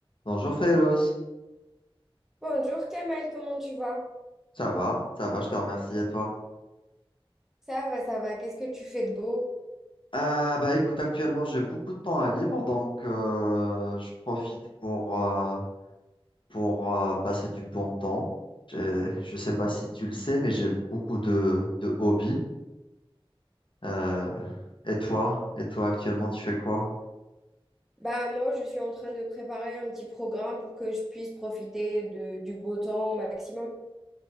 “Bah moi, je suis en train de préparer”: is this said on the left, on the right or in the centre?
Centre